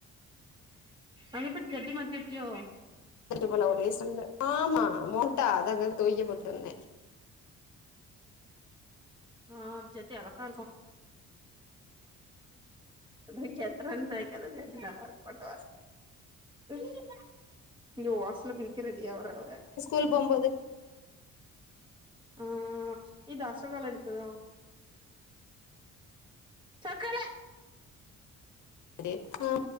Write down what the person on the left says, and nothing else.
வீட்டுக்குள்ள ஒரே சண்ட ஆமா மோட்டா அது அங்க தொவைக்க போட்டு வந்தே
ல் போம்போது
அ